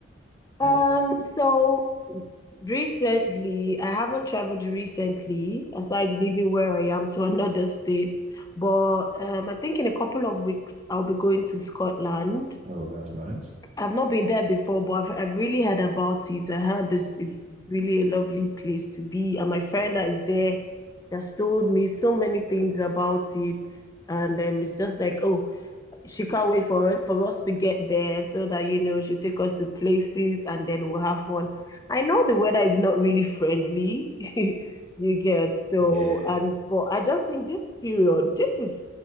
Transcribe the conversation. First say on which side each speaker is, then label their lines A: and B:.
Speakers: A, on the left; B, on the right.
A: Um,
B: Like,
A: so recently, I haven't traveled recently, aside leaving where I am to <laughs> another state. But um, I think in a couple of weeks I'll be going to Scotland.
B: oh, that's nice.
A: I've not been there before, but I've, I've really heard about it. I heard this is really a lovely place to be. And my friend that is there just told me so many things about it. And um, it's just like, oh, she can't wait for for us to get there so that, you know, she'll take us to places and then we'll have fun. I know the weather is not really friendly, <laughs> you get. So,
B: Yeah.
A: and but I just think this period, this is